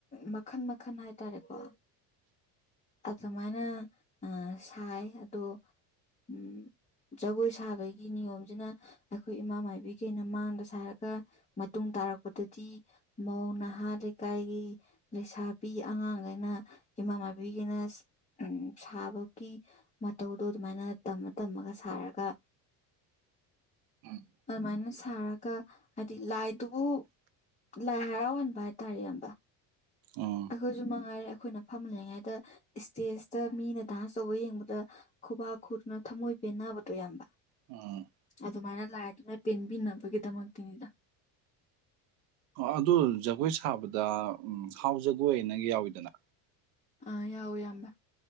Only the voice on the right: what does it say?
ꯎꯝ
ꯎꯝ
ꯎꯝ
ꯑꯗꯨ ꯖꯒꯣꯏ ꯁꯥꯕꯗ ꯎꯝ ꯍꯥꯎ ꯖꯒꯣꯏꯅ ꯌꯥꯎꯋꯤꯗꯅ